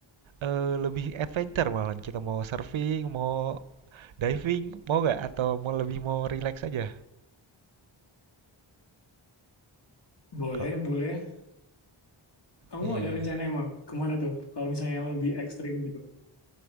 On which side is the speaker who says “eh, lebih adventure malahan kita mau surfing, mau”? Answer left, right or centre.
Right